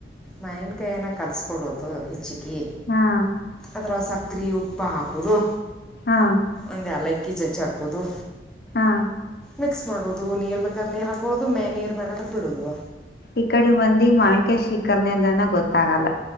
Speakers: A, in the centre; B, on the left (about 55°).
A: ಮಯನ್ ಕಾಯನ ಕಲ್ಸ್ಕಡೋದು. ಚಿಕಿ
B: ಹಾ
A: ಅದ್ರೋಸಾಕ್. ತ್ರೀ ಉಪ್ಪ ಹಾಕೊದು.
B: ಹಾ
A: ಒಂದ್ ಯಲಕ್ ಕಿ ಜಜ್ ಹಾಕೋದು.
B: ಹಾ
A: ಮಿಕ್ಸ್ ಮಾಡೋದು ನೀರ್ ಬೇಕರ್ ನೀರ್ ಹಾಕೊಳೋದು ಮೇ ನೀರ್ ಬೇಡದ್ರೆ ಬಿಡೊದು.
B: ಈ ಕಡಿ ಮಂದಿ ಮಾಣಿಕ್ಯ ಶಿಕರ್ನೆದಾನ ಗೊತ್ತಾಗಲ್ಲ.